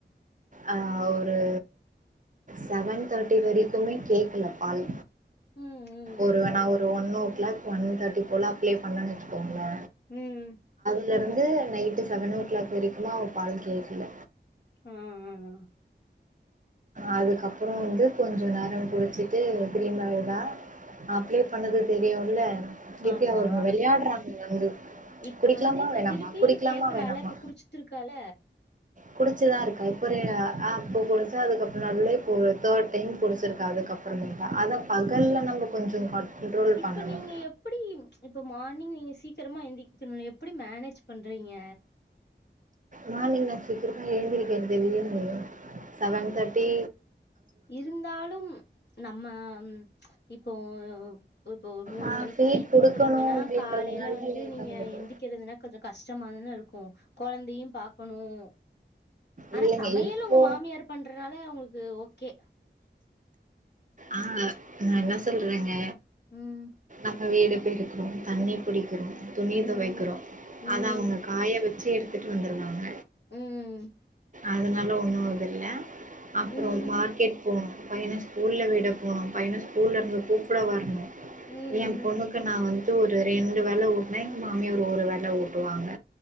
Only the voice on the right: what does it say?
ஆ ஒரு செவன் தேட்டி வரைக்குமே கேக்கல பால்
ஒருவன one o'clock one thirty போல அப்ளே பண்ணேனுவச்சுகோங்களே
இதுல இருந்து நைட்டு செவன் ஓ கிளாக் வரைக்கும்மா ஒரு பால் கேது இல்ல
அதுக்கப்புறம் வந்து கொஞ்சம் நேரம் குடிச்சிட்டு பிரிமாடுதான் அப்ளை பண்ணது தெரியும்ல எப்படி
அவருங்க விளையாடுறாங்க வந்து
குடிக்கலாமா
வேணாமா
குடிக்கலாமா
வேணாமா
குடிச்சுதான் இருக்கா இப்போ ஒரு ஆஹ் இப்போ குடிச்ச அதுக்கப்புறம் நல்ல இ தேர்ட் டைம் குடிச்சிருக்கு அதுக்கப்புறமே அத பகல்ல நம்ம கொஞ்சம் கண்ட்ரோல்
பண்ணணும்
மார்னிங் நான் சீக்கிரமா எழுந்திருக்கிறது இல்ல செவன் தேர்ட்டி
ஆ
ஃபீட் குடுக்கணும்
அப்படின்றதுனால
லேட்
ஆகுது.
இல்லைங்க
இப்போ
ஆஹ் நான் என்ன சொல்றேங்க
அங்க வீடு இருக்கணும் தண்ணி பிடிக்கும் துணிய
தொவைக்கிறோம்
அத அவங்க காய வச்ச வச்ச எடுத்துகட்டுந்துடுவாங்க
அதனால ஒண்ணும் இல்ல அப்புறம்
மார்க்கெட் போம் பையனைம் ஸ்கூலில் விீட போகனும் பையனைம் ஸ்கூல இருந்து கூப்பிட வரணும்
என் பொண்ணுக்கு நான் வந்து ஒரு ரெண்டு வேலை ஊட்டனா எங்க மாமியார் ஒரு வேலை ஊட்டுவாங்க